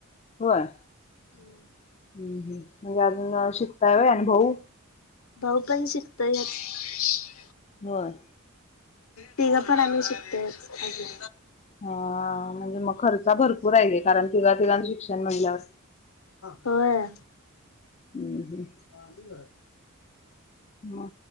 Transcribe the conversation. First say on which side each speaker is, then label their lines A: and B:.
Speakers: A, on the left (about 30°); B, on the left (about 75°).
A: होय
B: हम्म
A: हम्म हम्म, म्हणजे अजून शिकताय व्हय. आणि भाऊ?
B: भाऊ पण शिकतोय च.
A: होय!
B: तिघं पण आम्ही शिकतोयच अजून.
A: हा म्हणजे मग खर्च भरपूर आहे की, कारण तिघा तिघा शिक्षण म्हणल्यावर.
B: होय!
A: <inaudible>
B: <unintelligible>
A: म